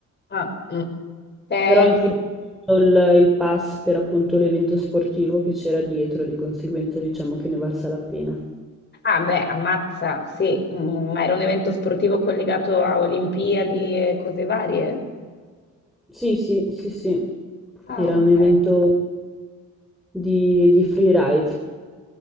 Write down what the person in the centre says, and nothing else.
Però include
tutto il, il pass per appunto l'evento sportivo che c'era dietro, di conseguenza diciamo che ne valsa la pena.
Sì, sì, sì, sì,
era
un evento di, di freeride.